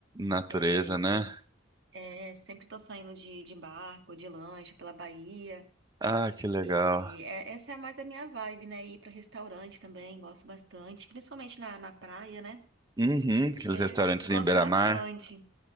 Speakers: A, on the right; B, on the right.
A: natureza,
B: É, então
A: né?
B: s- é, sempre tô saindo de, de barco, de lancha pela Bahia.
A: Ah, que legal.
B: E é- essa é mais a minha vibe, né? Ir pra restaurante também, gosto bastante, principalmente na, na praia, né?
A: Uhum, aqueles
B: É,
A: restaurantes
B: gosto
A: em beira-mar.
B: bastante.